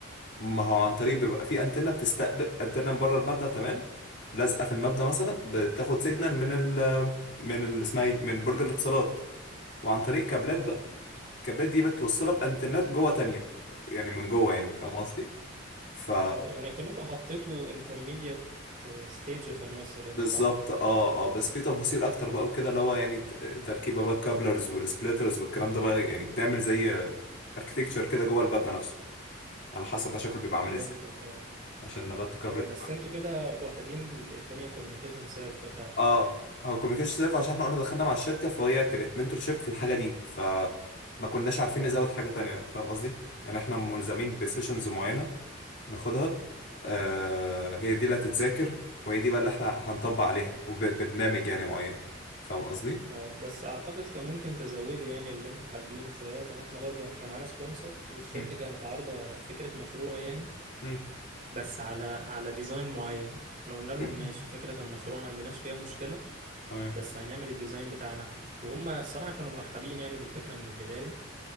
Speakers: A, on the left (about 60°); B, on the right (about 40°).
A: ما هو عن طريق بيبقى في انتنة بتستقبل انتنة من بره المبنى تمام لازقة في المبنى مثلا بتاخد سيجنال من ال... من ال... اسمها ايه من برج الاتصالات وعن طريق كابلات
B: اه
A: الكابلات دي بتوصلها بانترنت جوه تانية يعني من جوه يعني فاهم قصدي ف
B: اه يعني كأنكم حطيتوا انترميديت ستيج في النص كده
A: بالظبط
B: صح؟
A: اه اه بس في تفاصيل اكتر بقى وكده اللي هو يعني ت- تركيبه بقى الكابلرز والسبليترز والكلام ده بقى يعني بنعمل زي اركتكتشر كده جوه المبنى نفسه على حسب بقى شكله بيبقى عامل
B: فهمتك
A: ازاي
B: اه
A: عشان نغطي كفرج
B: اه بس انتوا كده واخدين ال- الدنيا كوميونيكيشن صرف فعلا
A: اه هو كوميونيكيشن سيرف عشان احنا قلنا دخلنا مع الشركه فهي كانت منتور شيب في الحاجه دي فما كناش عارفين
B: اه
A: نزود حاجه تانية فاهم قصدي يعني احنا ملزمين بسيشنز معينه ناخدها آه هي دي اللي هتتذاكر وهي دي بقى اللي احنا هنطبق عليها وبرنامج يعني معين فاهم قصدي؟
B: اه بس اعتقد كان ممكن تزودوا يعني اللي انتوا حابينه شوية لان احنا برضو يعني احنا معانا سبونسر والشركة
A: مم.
B: كانت عارضة فكرة مشروع يعني
A: مم.
B: بس على على ديزاين معين احنا قلنا لهم
A: <clears throat>
B: ماشي فكرة المشروع ما عندناش فيها مشكلة
A: تمام
B: بس هنعمل الديزاين بتاعنا احنا وهم الصراحة كانوا مرحبين يعني بالفكرة من البداية